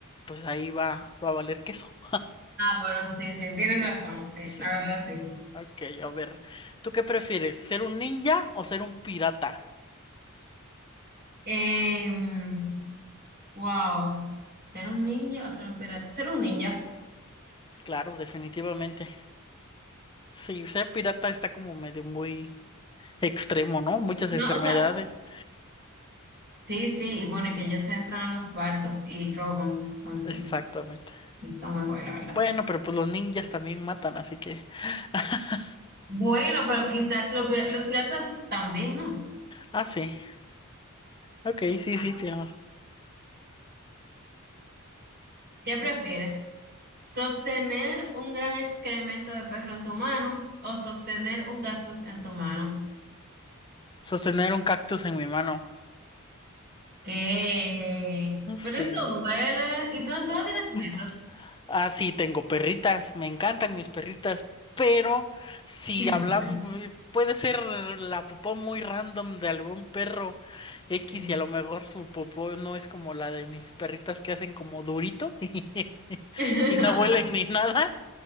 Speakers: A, on the left (about 20°); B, on the right (about 45°).
A: pues ahí va, va a valer queso.
B: Ah, bueno, sí, sí, tienes
A: Sí.
B: razón, sí,
A: Sí.
B: la verdad sí.
A: Ok, a ver. ¿Tú qué prefieres? ¿Ser un ninja o ser un pirata?
B: Em, wow, ¿ser un ninja o ser un pirata? Ser un ninja.
A: Claro, definitivamente. Sí, ser pirata está como medio muy extremo, ¿no? Muchas
B: No,
A: enfermedades.
B: o sea, sí, sí, y bueno, y que ellos entran a los barcos y roban, entonces,
A: Exactamente.
B: está muy guay, la verdad.
A: Bueno, pero pues los ninjas también matan, así que. <laughs>
B: Bueno, pero quizás los piratas también, ¿no?
A: Ah, sí. Ok, sí,
B: Ah,
A: sí, tío.
B: ¿Qué prefieres? ¿Sostener un gran excremento de perro en tu mano o sostener un cactus en tu mano?
A: Sostener un cactus en mi mano.
B: ¿Qué?
A: Ah, Sí.
B: Pero eso duele. ¿Y tú, tú
A: Um,
B: no tienes perros?
A: Ah, sí, tengo perritas. Me encantan mis perritas. Pero si
B: <laughs>
A: hablamos, puede ser la popó muy random de algún perro X
B: Sí.
A: y a lo mejor su popó no es como la de mis perritas que hacen como durito <laughs>
B: <laughs>
A: y no huelen ni nada